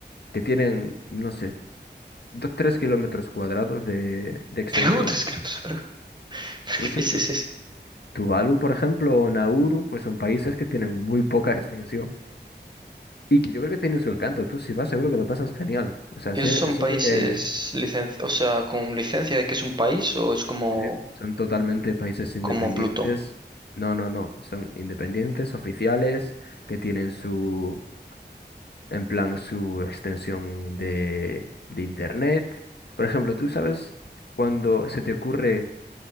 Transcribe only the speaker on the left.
que tienen, no sé, dos, tres kilómetros cuadrados de, de extensión.
Sí,
sí.
Tu-
Tuvalu, por ejemplo, o Nauru, pues son países que tienen muy poca <laughs> extensión. Y que yo creo que tienen su encanto. Tú si vas seguro que lo pasas genial. O sea,
se-
seguro
que hay
Sí, sí, Son totalmente países independientes.
No, no, no. Son independientes, oficiales, que tienen su, en plan, su extensión de, de internet. Por ejemplo, tú sabes cuando se te ocurre,